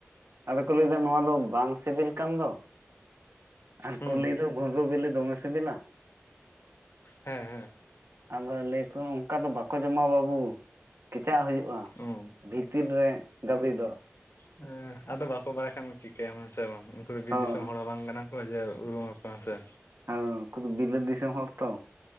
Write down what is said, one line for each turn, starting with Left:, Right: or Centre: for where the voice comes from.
Right: ᱟᱫᱚ ᱠᱚ ᱞᱟᱹᱭᱫᱟ ᱱᱚᱣᱟ ᱫᱚ ᱵᱟᱝ ᱥᱤᱵᱤᱞ ᱠᱟᱱ ᱫᱚ᱾ ᱟᱨ
Left: ᱦᱩᱸ
Right: ᱠᱚ ᱞᱟᱹᱭ ᱫᱚ ᱵᱷᱩᱸᱰᱨᱩ ᱵᱤᱞᱤ ᱫᱚᱢᱮ ᱥᱤᱵᱤᱞᱟ᱾
Left: ᱦᱮᱸ ᱦᱮᱸ᱾
Right: ᱟᱫᱚ ᱞᱟᱹᱭ-ᱟ ᱠᱚ ᱚᱝᱠᱟ ᱫᱚ ᱵᱟᱠᱚ ᱡᱚᱢᱟ ᱵᱟᱹᱵᱩ ᱠᱮᱪᱟᱜ ᱦᱩᱭᱩᱜ-ᱟ᱾
Left: ᱚ
Right: ᱵᱷᱤᱛᱤᱨ ᱨᱮ ᱫᱟᱹᱵᱤ ᱫᱚ᱾
Left: ᱦᱩᱸ, ᱟᱫᱚ ᱵᱟᱠᱚ ᱵᱟᱲᱟᱭ ᱠᱷᱟᱱ ᱪᱤᱠᱟᱹᱭᱟᱢ ᱦᱮᱸᱥᱮ ᱵᱟᱝ ᱩᱱᱠᱩ ᱫᱚ ᱵᱤᱨ
Right: ᱦᱳᱭ
Left: ᱫᱤᱥᱚᱢ ᱦᱚᱲ ᱦᱚᱸ ᱵᱟᱝ ᱠᱟᱱᱟ ᱠᱚ ᱡᱮ ᱩᱨᱩᱢᱟ ᱠᱚ ᱦᱮᱸ ᱥᱮ᱾
Right: ᱦᱮᱸ ᱩᱱᱠᱩ ᱫᱚ ᱵᱤᱞᱟᱹᱛ ᱫᱤᱥᱚᱢ ᱦᱚᱲ ᱛᱚ,